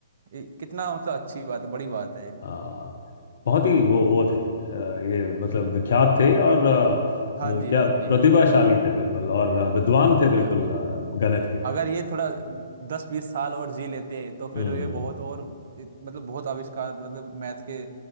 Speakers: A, on the right; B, on the left.
A: ये कितना मतलब अच्छी बात बड़ी बात है ये।
B: हाँ बहुत ही वो वो थे अ, ये मतलब विख्यात थे और अ,
A: हाँ
B: न-
A: जी
B: क्या
A: हाँ
B: प्रतिभाशाली
A: जी हाँ जी
B: थे बिल्कुल और अ, विद्वान थे
A: ये,
B: बिल्कुल अ, गणित के
A: अगर ये थोड़ा दस बीस साल और जी लेते तो फिर
B: हम्म
A: ये बहुत और मतलब बहुत आविष्कार मतलब मैथ के